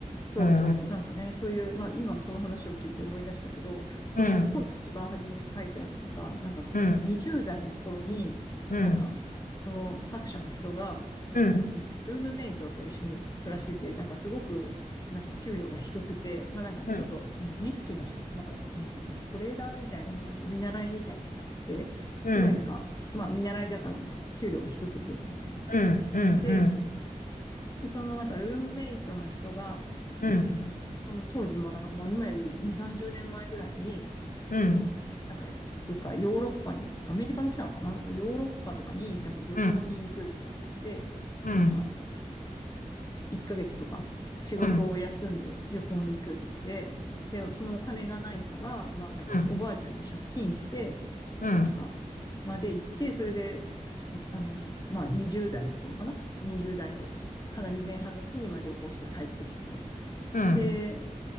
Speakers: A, on the left; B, on the left.
A: そうそう。
B: うん、う
A: なんかね、そういう、まあ今その話を聞いて思い出したけど、その本の一番初めに書いてあるのが、
B: ん、
A: なんかその20代の頃に、
B: うん、うん、
A: なんかその作者の人が、
B: うん、
A: え、ルームメイトと一緒に暮らしてて、なんかすごく、なんか給料が低くて、まあなんかちょっとなリスキーな仕事、
B: うん、うん、
A: なんかなんだっけ、トレーダーみたいなのの見習いみたいなのやってて、
B: うん、
A: すごいなんか、まあ見習いだからまあ給料が低くてみたいな。
B: うん、うん、
A: で、
B: うん、
A: で、そのなんかルームメイトの人が、
B: うん、うん、
A: うんその当時も、だからもう今より2、30年前ぐらいに、
B: うん、
A: えっと、なんか、どっかヨーロッパに、アメリカの人なのかなだからヨーロッパとかになんか旅行に行くとかっつって、
B: うん、うん、
A: なんか、1ヶ月とか仕事を休んで旅行に行くとかで、
B: うん、
A: で、そのお金がないから、まあなんかおばあちゃんに借金して、
B: うん、うん、
A: なんか、まあで行って、それで、あの、まあ20代の頃かな ?20 代のかなり前半のうちにまあ旅行して帰ってきたと。
B: うん、
A: で、